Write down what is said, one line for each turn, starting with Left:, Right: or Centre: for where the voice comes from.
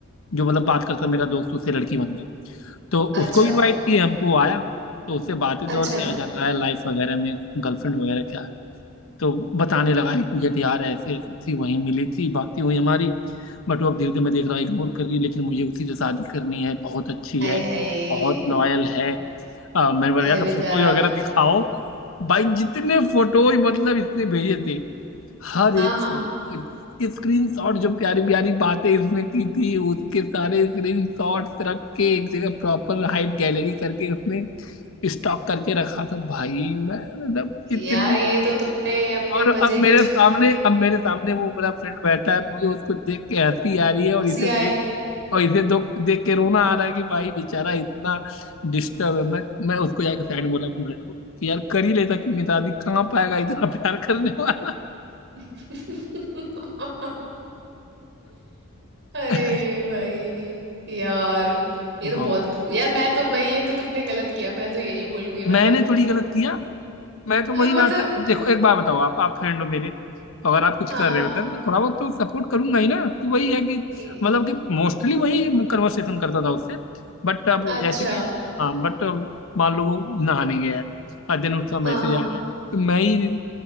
Left: जो मतलब बात करता मेरा दोस्त उससे लड़की बन गई तो
Right: अच्छा
Left: उसको इनवाइट किए हम तो वो आया तो उससे बातें की
Right: अच्छा
Left: और क्या चल रहा है लाइफ वगैरह में गर्लफ्रेंड वगैरह क्या तो बताने लगा ए टू जेड यार ऐसे ऐसे थी वहीं मिली थी बातें हुई हमारी बट वो अब धीरे धीरे मैं देख रहा इग्नोर कर रही है लेकिन मुझे उसी से शादी करनी है बहुत अच्छी
Right: आए
Left: है
Right: हाय
Left: बहुत लॉयल है अ, मैंने बोला
Right: आए
Left: यार तो फोटोज
Right: बेचारा
Left: वगैरह दिखाओ भाई जितने फोटोज मतलब इसने भेजे थे हर
Right: हाँ
Left: एक
Right: हाँ
Left: फोटोज स्क्रीनशॉट जो प्यारी प्यारी बातें इसने की थी उसके सारे स्क्रीनशॉट्स रख के एक जगह प्रॉपर हाइट गैलरी करके उसने स्टॉक करके रखा था भाई मैं मतलब इतनी
Right: यार ये तो तुमने अपने
Left: और अब
Right: मजे
Left: मेरे
Right: के चक्कर
Left: सामने
Right: में
Left: अब मेरे सामने वो मेरा फ्रेंड बैठा है मुझे उसको देख के हंसी आ रही है और
Right: हंसी
Left: इसे देख
Right: आए
Left: के और इसे दो देख के रोना आ रहा है कि भाई बेचारा इतना डिस्टर्ब है मैं मैं उसको जाके साइड में बोला अपने फ्रेंड को कि यार कर ही लेता कि अपनी शादी कहाँ पाएगा इतना प्यार करने वाला
Right: <laughs> अरे
Left: <laughs>
Right: भाई यार ये
Left: बहुत
Right: तो बहुत ग- यार मैं तो भाई ये तो तुमने गलत किया मैं तो यही बोलूंगी मतलब
Left: मैंने थोड़ी गलत किया मैं तो
Right: अ,
Left: वही बात
Right: मतलब
Left: है अब देखो एक बात बताओ आप आप फ्रेंड हो मेरे अगर आप कुछ
Right: हाँ
Left: कर
Right: हाँ
Left: रहे हो देन मैं थोड़ा बहुत तो सपोर्ट करूंगा ही ना तो वही है कि
Right: ए-
Left: मतलब कि मोस्टली वही कन्वर्सेशन करता था उससे बट अब
Right: अच्छा
Left: जैसे कि हाँ बट मान लो वो नहाने गया है और देन उसका मैसेज
Right: हाँ हाँ
Left: आया है तो मैं ही